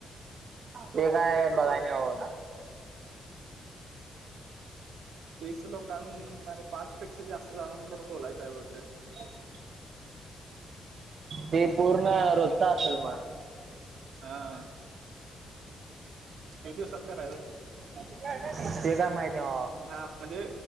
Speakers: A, on the right; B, on the right.
A: ते काय बघाय नाय होत.
B: तीस लोकांन मध्ये पाच पेक्षा जास्त जणांबरोबर बोलायचं आहे बहुतेक
A: ते पूर्ण रोजच असेल मग.
B: हा. किती दिवसात कायरायचं आहे?
A: ते काय माहित नाही बाबा.
B: हा म्हणजे